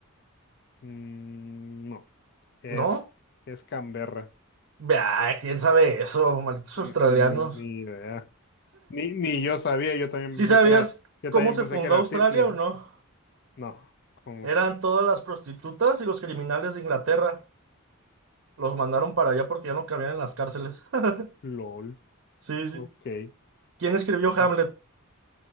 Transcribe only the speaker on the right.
No.
Bah, ¿quién sabe eso? Malditos
australianos.
¿Sí
sabías
cómo
se
fundó
Australia
o no?
Eran todas las prostitutas y los criminales de Inglaterra. Los mandaron para allá porque ya no cabían en las cárceles. <laughs>
Sí, sí.
¿Quién escribió
Hamlet?